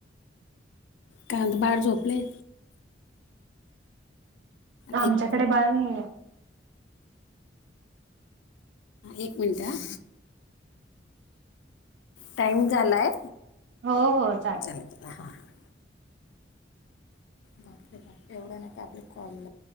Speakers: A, on the left (about 85°); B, on the right (about 80°).
A: कायता बाळ झोपले एक
B: आमच्याकडे बाहेर नाही
A: एक मिनट ह टाईम झालाय
B: हो हो चालेल
A: चालत हां हां. बाप रे बाप एवढं नका आपले कॉलला.